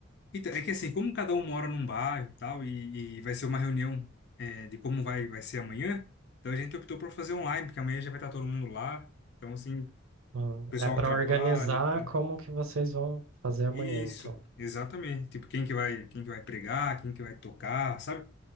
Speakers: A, on the left (about 55°); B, on the right (about 80°).
A: Então, é que assim, como cada um mora num bairro e tal, e, e vai ser uma reunião é, de como vai, vai ser amanhã, então a gente optou por fazer online, porque amanhã já vai estar todo mundo lá. Então, assim, o
B: hum,
A: pessoal
B: é para
A: trabalha
B: organizar
A: e tal.
B: como que vocês vão fazer amanhã,
A: Isso,
B: então.
A: exatamente. Tipo, quem que vai, quem que vai pregar, quem que vai tocar, sabe?